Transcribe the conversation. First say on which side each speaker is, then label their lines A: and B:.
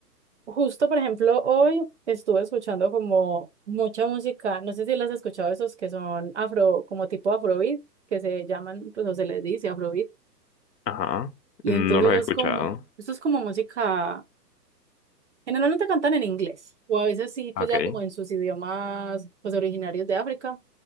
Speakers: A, on the right (about 45°); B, on the left (about 75°).
A: Justo, por ejemplo, hoy estuve escuchando como mucha música, no sé si las has escuchado esos que son afro, como tipo afrobeat, que se llaman, pues o se les dice afrobeat,
B: Ajá.
A: y
B: No
A: entonces
B: los
A: es
B: he escuchado.
A: como, eso es como música, generalmente cantan en inglés, o a veces sí, pues
B: Okay.
A: ya como en sus idiomas, pues originarios de África,